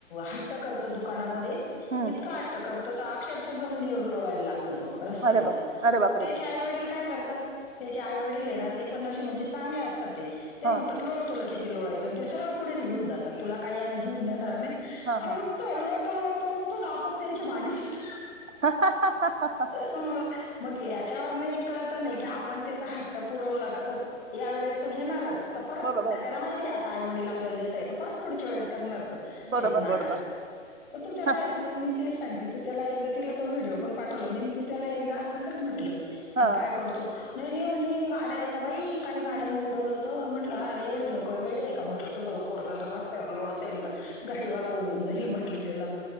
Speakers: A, on the left; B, on the right.
A: हट्ट करत दुकानामध्ये
B: हं.
A: इतका हट्ट करत. तो अक्षरशः जमिनीवर लोळायला लागतो, तो रस्त्यावर
B: अरे बाप अरे बापरे!
A: त्याचे आई वडील काय करतात? त्याचे आई वडील ये ना ते पण अशे म्हणजे चांगले असतात, ते
B: हां.
A: म्हणतात लोळ तुला किती लोळायचं. ते सरळं पुढे निघून जातात, तुला काही आम्ही घेऊन देणार नाही
B: हां
A: अ
B: हां.
A: ऊठ तो लोळतो- लोळतो उठतो अन् आपोआप त्यांच्या मागे जातो.
B: ह, ह, ह....
A: मं मग याच्यावर नं एक कळतं, नाही की आपण त्याचा हट्ट पुरवला का तो या वेळेस तर घेणारच. तर परत,
B: बरोबर.
A: त्याला माहितीये आता आई वडीलला आपल्याला देतयेत, तर परत पुढच्या वेळेस करणार तो.
B: बरोबर
A: तेच नाटक.
B: बरोबर
A: तू त्याला
B: हं
A: मग मी तेच सांगती तू त्याला एकदा तिला तो व्हिडिओ पण पाठवला मी तू त्याला एकदा अस करं म्हंटलं,
B: हं
A: म काय करतो नई, नई म्हणे गाड्या आता बाई काही गाड्यानी उडवलं तर, म्हटलं आ एवढे लोक वेडे. का म्हटलं तुझं पोरंग रत्यावर लोळतंय, अन् गाडीवाला उडवुन जाईल म्हंटलं त्याला.